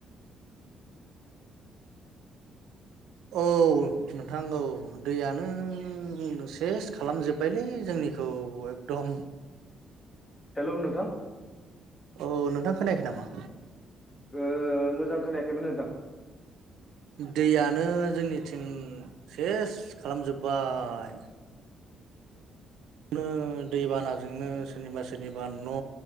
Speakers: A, on the left; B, on the right.
A: <inaudible>
B: औ नोंथां औ दैयानो सेस खालाम जोब्बायलै जोंनिख औ एकदम
A: हेलौ नोंथां
B: औ नोंथां खोनायाखै नामा?
A: ओ मोजां खोनायाखैमोन नोंथां।
B: दैयानो जोंनिथिं सेस खालामजोब्बाय। नो दैबानाजोंनो सोरनिबा सोरनिबा न'